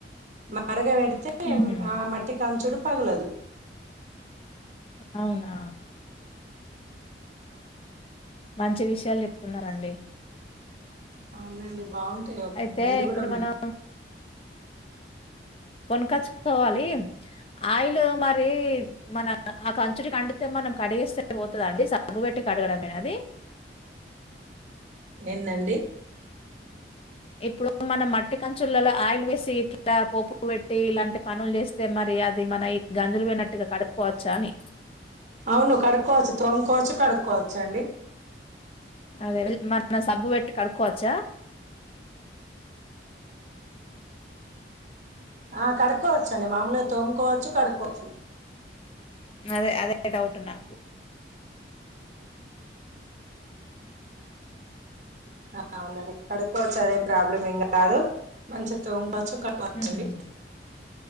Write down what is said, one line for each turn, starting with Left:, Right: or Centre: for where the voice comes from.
Right: మరగవ అతే
Left: హుహు.
Right: ఆ మట్టి కా చుడు పగ్లాదు
Left: అవునా మంచి విషయాలు చెప్తున్నారండి
Right: అవునండి బాగుంటాయి
Left: అయితే
Right: మీరు
Left: ఇప్పుడు
Right: కూడా
Left: మనం కొనగచ్చుకోవాలి ఆయిల్ మరి మన ఆ కంచుడి కండితే మనం కడిగిేస్తే పోతుందండి సబ్బు పెట్టి కడగడంమది
Right: ఏందండి
Left: ఇప్పుడు మనం మట్టి కంచులలో ఆయిల్ వేసి ఇట్లా పోపు పెట్టి ఇలాంటి పనులు చేస్తే మరి అది మన గంజులు వినట్టుగా కడుక్కోవచ్చా అని
Right: అవును కడుక్కోవచ్చు తోముకోవచ్చు కడుక్కోవచ్చు అండి
Left: అదే మన సబ్బు పెట్టి కడుక్కోవచ్చా
Right: ఆ కడుక్కోవచ్చ అండి మామూలుగా తోముకోవచ్చు కడుక్కోవచ్చు
Left: అదే అదే డౌట్ నాకు
Right: ఆ అవునండి కడుక్కవచ్చు అదేం ప్రాబ్లం ఏం కాదు మంచతో చు కట్చ్చండి
Left: హుహు.